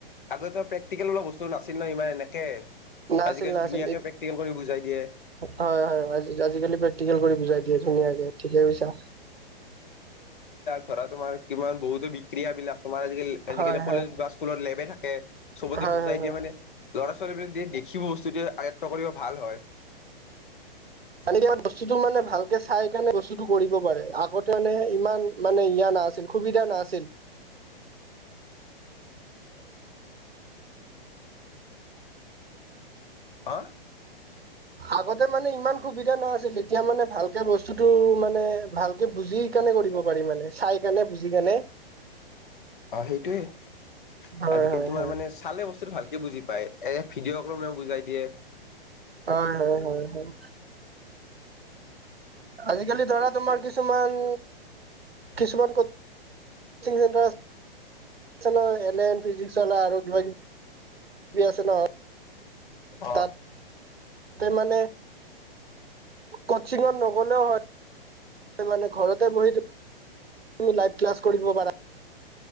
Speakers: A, on the left (about 55°); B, on the right (about 80°).
A: আগতে প্ৰেক্টিকেল বোলা বস্ত টো নাছিল না ইমান এনেকে।
B: নাছিল,
A: আজিকালি
B: নাছিল
A: ধুনীয়াকে
B: এইট
A: প্ৰেক্টিকেল কৰি বুজাই দিয়ে।
B: হয়, হয়, হয় আজিকালি প্ৰেক্টিকেল কৰি বুজাই দিয়ে ধুনীয়াকে, ঠিকে কৈছা।
A: ধৰাৰ তোমাৰ কিমান বহুতো বিক্ৰিয়াবিলাক তোমাৰ আজিকালি আজিকালি
B: হয়
A: কলেজ
B: হয়
A: বা স্কুলত লেবে থাক কে চবতে
B: হয়
A: বুজাই
B: হয়
A: দিয়ে
B: হয়
A: মানে ল'ৰা ছোৱা ছোৱালী বিলাকে যে দেখিব বস্তুটো আয়ত্ব কৰিব ভাল হয়।
B: মানে কি হয় বস্তুটো মানে ভালকে চাই কেনে বস্তুটো কৰিব পাৰে, আগতে মানে ইমান মানে ইয়াৰ নাছিল সুবিধা নাছিল।
A: অহ'
B: আগতে মানে ইমান সুবিধা না আছিল। তেতিয়া মানে ভালকে বস্তুটো মানে ভালকে বুজি কেনে কৰিব পাৰি মানে চাই কেনে বুজি কেনে।
A: অ' সেইটোৱে
B: হয়
A: আজিকালি
B: হয়
A: তোমাৰ
B: হয়
A: মানে চালে বস্তুতটো ভাল কে বুজি পায়, এ ভিডিঅ' ক্ৰমেও বুজাই দিয়ে।
B: হয় হয় হয় হয় আজিকালি ধৰাৰ। তোমাৰ কিছুমান কিছুমান coaching centre Allen, physics Wallah আৰু কিবা কিবি আছে ন
A: অ
B: তাতে মানে ক'চিঙত নগ'লেও হয় মানে ঘৰতে বহি তুমি লাইভ ক্লাছ কৰিব পাৰা,